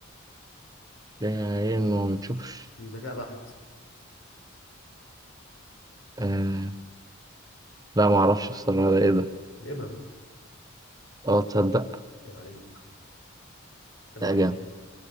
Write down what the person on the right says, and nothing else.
يعني إنه ما بتشوفش؟
آه... لا ما أعرفش بصراحة ده إيه ده؟
أه تصدق
لا
جامد